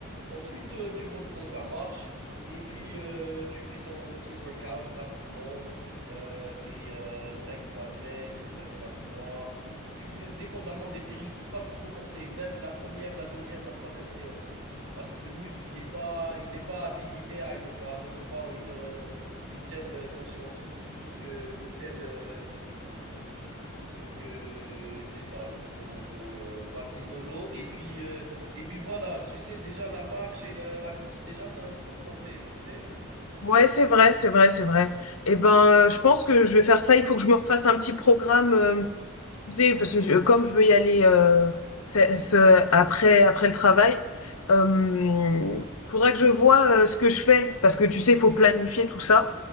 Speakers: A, on the right; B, on the left.
A: Ensuite, euh, tu reprends ta marche et puis euh, tu fais ton petit workout rapidement. Euh, tes euh, 5 x 7 ou 5 x trois, Tu veux, dépendamment des séries, il faut pas trop forcer, même la première, la deuxième, la troisième séance. Parce que le muscle, il n'est pas, il est pas habilité à, une- à recevoir une, euh, une telle tension physique, euh, une telle euh, donc euh, c'est ça, grosso modo. Euh, Vas-y mollo. Et puis euh, et puis voilà, tu sais déjà la marche et la, la course, déjà c'est un sport complet, tu sais.
B: Ouais, c'est vrai, c'est vrai, c'est vrai. Eh ben, euh, je pense que je vais faire ça. Il faut que je me refasse un petit programme, euh, Tu sais, parce que je- comme je veux y aller euh, c'est- ce- après après le travail, euh, faudrait que je vois euh, ce que je fais parce que tu sais, faut planifier tout ça.